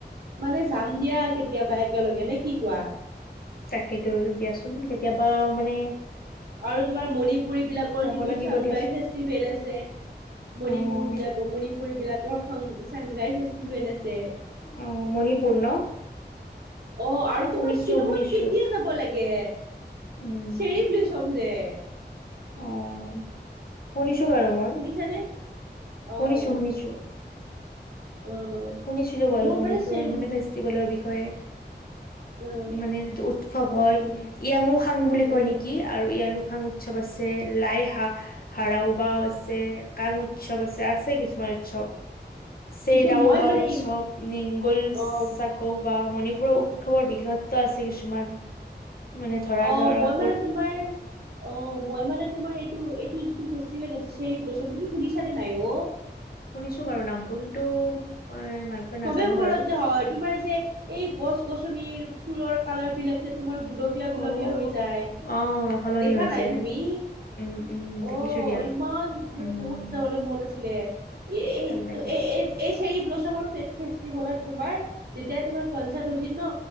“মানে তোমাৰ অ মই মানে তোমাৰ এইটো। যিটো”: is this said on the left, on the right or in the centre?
Right